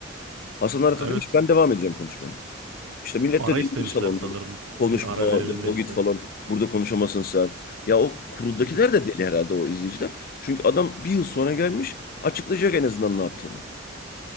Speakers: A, on the left (about 45°); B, on the right (about 80°).
A: Hasan Arat'a
B: Evet.
A: demiş ben devam edeceğim konuşmaya. İşte millet
B: Ara
A: de delirmiş
B: istemişler
A: salonda.
B: sanırım.
A: Konuşma,
B: Bir ara verelim
A: defol
B: demişler.
A: git falan. Burada konuşamazsın sen. Ya o kuruldakiler
B: Hı hı.
A: de deli herhalde o izleyiciler. Çünkü adam bir yıl sonra gelmiş. Açıklayacak en azından ne yaptığını.